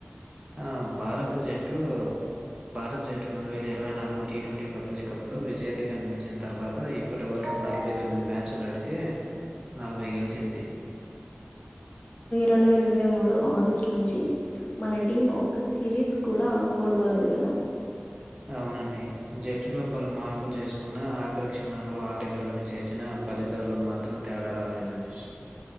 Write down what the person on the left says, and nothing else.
రెండు వేల ఇరవై మూడు ఆగస్టు నుంచి మన టీం ఒక్క సిరీస్ కూడా కోల్పోలేదు కదా